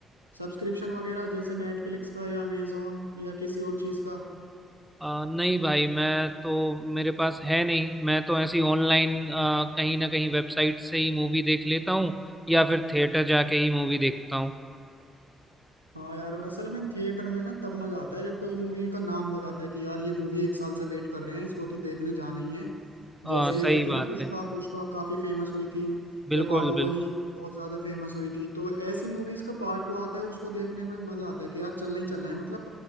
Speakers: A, on the left; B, in the centre.
A: सब्सक्रिप्शन वगैरह जैसे नेटफ्लिक्स का या अमेजोन या किसी और चीज का
B: अ, नहीं भाई मैं तो मेरे पास है नहीं मैं तो ऐसी ऑनलाइन कहीं ना कहीं वेबसाइट से ही मूवी देख लेता हूँ या फिर थिएटर जाके ही मूवी देखता हूँ
A: हाँ यार असल में थिएटर में ना तब मजा आता है जब कोई मूवी का नाम हो जाता है कि यार ये मूवी एक साल से वेट कर रहे हैं इसको तो देखने जाना ही है जैसे
B: अ,
A: ही
B: सही
A: आई थी
B: बात
A: ना पुष्पा
B: है
A: पुष्पा काफी फेमस हुई थी या
B: बिल्कुल
A: बाहुबली
B: बिल्कुल
A: बहुत ज्यादा फेमस हुई थी तो ऐसी मूवीज का पार्ट टू आता है उसको देखने में मजा आता है कि यार चलना ही चलना है मतलब